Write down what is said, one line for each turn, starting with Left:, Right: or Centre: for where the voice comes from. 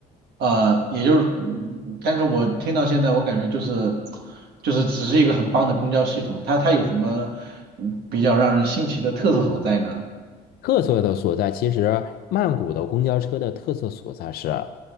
Right: 呃，也就是，嗯但是我听到现在，我感觉就是，就是只是一个很棒的公交系统，它它有什么嗯比较让人新奇的特色所在呢？
Left: 特色的所在，其实曼谷的公交车的特色所在是，